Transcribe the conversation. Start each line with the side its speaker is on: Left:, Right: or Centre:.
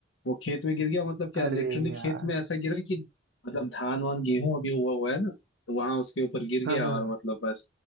Left: वो खेत में गिर गया मतलब क्या
Right: अरे
Left: लिटरली
Right: यार
Left: खेत में ऐसा गिरा कि मतलब धान वान गेहूं अभी हुआ हुआ है ना तो वहां उसके ऊपर गिर
Right: हाँ
Left: गया
Right: हाँ
Left: और मतलब बस